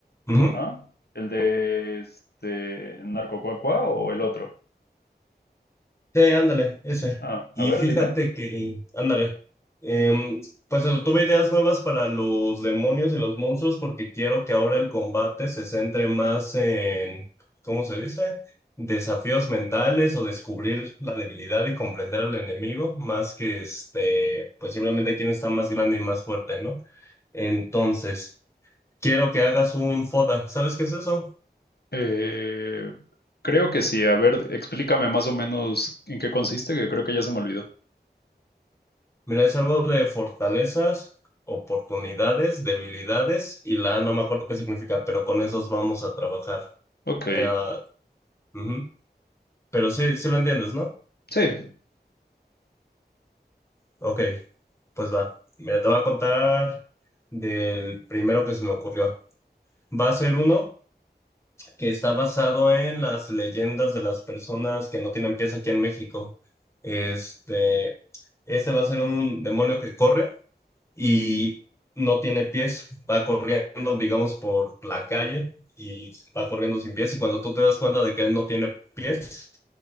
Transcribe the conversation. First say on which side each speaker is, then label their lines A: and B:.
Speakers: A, on the left; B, on the left.
A: Ujú.
B: Ajá. ¿El de este... Narcocuacua o el otro?
A: Sí, ándale, ese.
B: Ah,
A: Y
B: a ver,
A: fíjate
B: dime.
A: que, ándale, em, pues eso, tuve ideas nuevas para los demonios y los monstruos porque quiero que ahora el combate se centre más en, ¿cómo se dice? Desafíos mentales o descubrir la debilidad y comprender al enemigo, más que este, pues simplemente quién está más grande y más fuerte, ¿no? Entonces, quiero que hagas un FODA. ¿Sabes qué es eso?
B: Eh, creo que sí. A ver, explícame más o menos en qué consiste, que creo que ya se me olvidó.
A: Mira, es algo de fortalezas, oportunidades, debilidades y la A no me acuerdo qué significa, pero con esos vamos a trabajar.
B: Ok.
A: Eh, ah, ujú. Pero sí, sí lo entiendes, ¿no?
B: Sí,
A: Ok, pues va. Mira, te voy a contar del primero que se me ocurrió. Va a ser uno que está basado en las leyendas de las personas que no tienen pies aquí en México. Este, este va a ser un demonio que corre y no tiene pies, va corriendo, digamos, por la calle y va corriendo sin pies y cuando tú te das cuenta de que él no tiene pies,